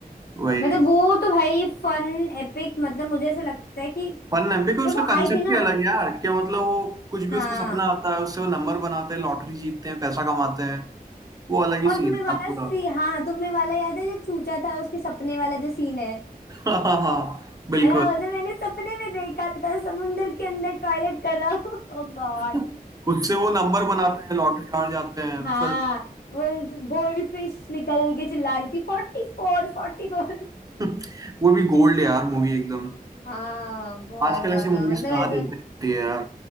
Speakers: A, on the right (about 25°); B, on the left (about 90°).
A: वही
B: मतलब वो तो भाई फन एपिक मतलब मुझे ऐसा लगता है कि
A: फन है बिकॉज
B: जब
A: उसका
B: वो
A: कंसेप्ट
B: आई थी ना
A: ही अलग है यार क्या मतलब वो कुछ भी
B: हाँ
A: उसको सपना आता है उससे वो नंबर बनाते हैं लॉटरी जीतते हैं पैसा कमाते हैं वो अलग ही
B: और
A: सीन
B: तुम्हें
A: है
B: वाला
A: यार पूरा
B: सी
A: <laughs>
B: हाँ तुम्हें वाला याद है जो चूचा था उसके सपने वाला जो सीन है
A: हाँ हाँ हाँ, बिल्कुल
B: अरे बोलते मैंने सपने में देखा था समुंदर के अंदर टॉयलेट कर रहा हूँ <laughs> ओ गॉड
A: <laughs> उससे वो नंबर बनाते हैं लॉटरी हार जाते हैं
B: हाँ
A: फिर
B: वो गोल्ड फिश निकल के चिल्ला रही थी फोर्टी फोर फोर्टी फोर
A: <laughs> वो भी गोल्ड यार मूवी एकदम
B: हाँ बहुत
A: आजकल
B: ज्यादा
A: ऐसी मूवीज
B: मतलब
A: कहाँ
B: ऐसा
A: देखने मिलती है यार